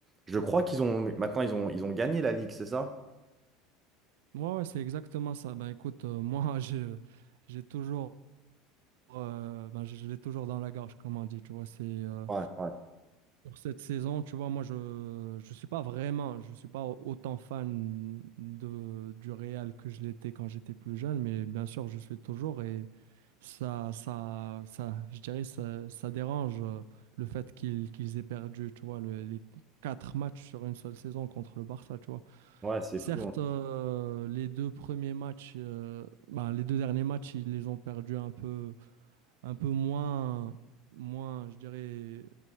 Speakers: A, on the right; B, on the right.
A: Je crois qu'ils ont, maintenant, ils ont, ils ont gagné la Ligue, c'est ça?
B: Moi, ouais, ouais, c'est exactement ça. Ben écoute, euh, moi, <laughs> je- j'ai toujours, euh, ben, je, je l'ai toujours dans la gorge, comme on dit. Tu vois, c'est euh,
A: Ouais, ouais.
B: pour cette saison, tu vois, moi, je, je suis pas vraiment, je suis pas au- autant fan de du Real que je l'étais quand j'étais plus jeune, mais bien sûr, je suis toujours et ça, ça, ça, je dirais, ça, ça dérange euh, le fait qu'ils qu'ils aient perdu, tu vois, le- les quatre matchs sur une seule saison contre le Barça, tu vois.
A: Ouais, c'est
B: Certes,
A: fou. hein.
B: euh, les deux premiers matchs, euh, ben, les deux derniers matchs, ils les ont perdus un peu, un peu moins, moins, je dirais, euh,